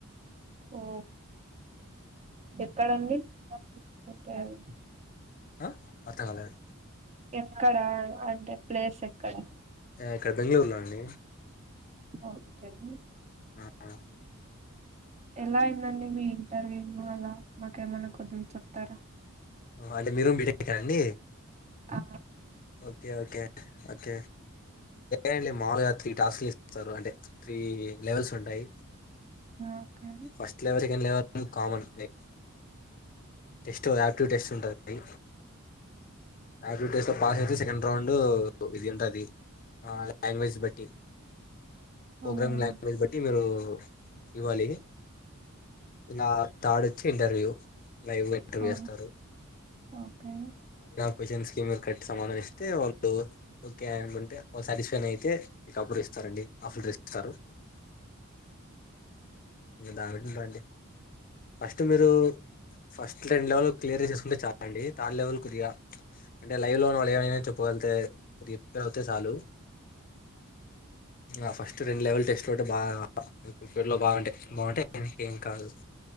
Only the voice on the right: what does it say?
ఓ ఎక్కడండి పెట్టారు
ఎక్కడా అంటే ప్లేస్ ఎక్కడ
ఓకే హ్మ్
ఎలా అయిందండి మీ ఇంటర్వ్యూ లో అలా మాకేమైన్నా కొచం చెప్తారా
ఆ
ఓకే
ఆ
ఓకే
ఆ
ఓకే